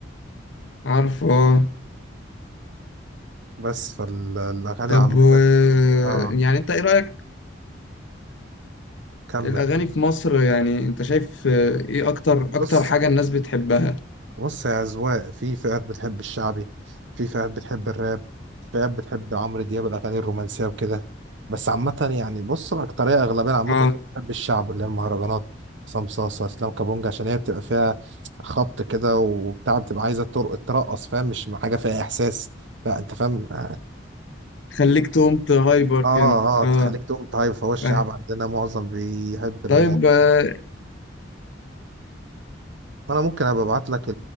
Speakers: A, on the left (about 85°); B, on the right (about 75°).
A: عارف اه
B: بس فالاغاني
A: طب
B: عامه
A: و...
B: اه
A: يعني انت ايه رايك
B: كمل
A: الاغاني
B: كمل
A: في مصر يعني انت شايف آه، ايه اكتر
B: بص
A: اكتر حاجه الناس بتحبها
B: بص يا أذواق في فئات بتحب الشعبي في فئات بتحب الراب في فئات بتحب عمرو دياب الأغاني الرومانسية وكده بس عامة يعني بص الأكترية أغلبية عامة
A: اه
B: بتحب الشعب اللي هي المهرجانات عصام صاصة إسلام كابونجا عشان هي بتبقى فيها خبط كده وبتاع بتبقى عايزة ترق- ترقص فاهم مش حاجة فيها إحساس لا أنت فاهم آه
A: خليك تقوم هايبر
B: آه
A: كده اه
B: تخليك تقوم طيب فهو الشعب
A: فاهم
B: عندنا معظم بيحب المواضيع
A: طيب آه،
B: دي وأنا ممكن أبقى أبعت لك